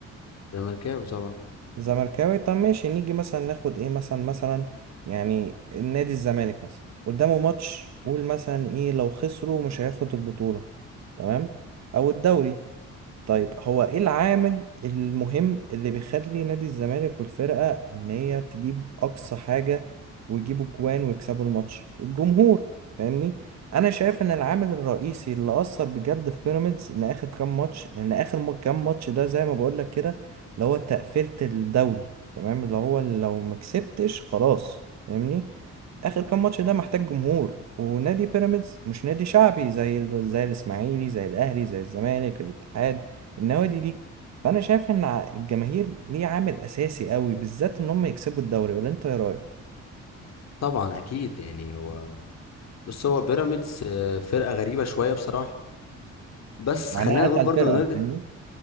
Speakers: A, on the left (about 60°); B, on the right (about 60°).
A: زملكاوي طبعا
B: زملكاوي طب ماشي نيجي مثلا ناخد ايه مثلا مثلا يعني نادي الزمالك مثلا قدامه ماتش قول مثلا ايه لو خسروا مش هياخد البطولة تمام او الدوري طيب هو ايه العامل المهم اللي بيخلي نادي الزمالك والفرقة ان هي تجيب اقصى حاجة ويجيبوا جوان ويكسبوا الماتش الجمهور فاهمني انا شايف ان العامل الرئيسي اللي اثر بجد في بيراميدز ان اخر كام ماتش لان اخر م- كام ماتش ده زي ما بقول لك كده اللي هو تقفيلة الدوري تمام اللي هو لو ما كسبتش خلاص فاهمني اخر كام ماتش ده محتاج جمهور ونادي بيراميدز مش نادي شعبي زي ال- زي الاسماعيلي زي الاهلي زي الزمالك الاتحاد النوادي دي فانا شايف ان ع- الجماهير ليه عامل اساسي قوي بالذات ان هم يكسبوا الدوري ولا انت ايه رايك
A: طبعا أكيد يعني هو بص هو بيراميدز آه، فرقة غريبة شوية بصراحة بس
B: معناها
A: خلينا نقول
B: اتقل
A: برضه
B: فرقه
A: من وجهة
B: فاهمني